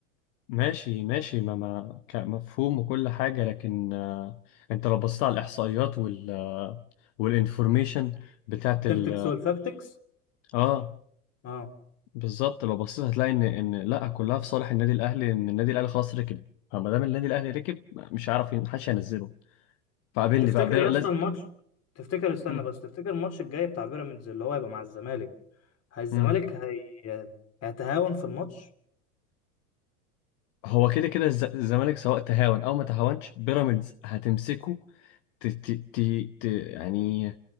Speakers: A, on the left; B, on the left.
A: ماشي ماشي ما ما كمفهوم وكل حاجة لكن آه، أنت لو بصيت على الإحصائيات وال آه، والإنفورميشن بتاعت
B: التكتكس
A: ال
B: والفاكتكس
A: آه
B: اه
A: بالظبط لو بصيت هتلاقي إن إن لأ كلها في صالح النادي الأهلي إن النادي الأهلي خلاص ركب فما دام النادي الأهلي ركب مش هيعرف ين- محدش هينزله فقابلني
B: تفتكر
A: بقى بير...
B: يا
A: لازم
B: اسطى الماتش تفتكر استنى
A: مم،
B: بس تفتكر الماتش الجاي بتاع بيراميدز اللي هو هيبقى مع الزمالك هي الزمالك
A: مم.
B: هي... هيتهاون في الماتش
A: هو كده كده الز- الزمالك سواء تهاون او ما تهاونش بيراميدز هتمسكه ت ت ت ت يعني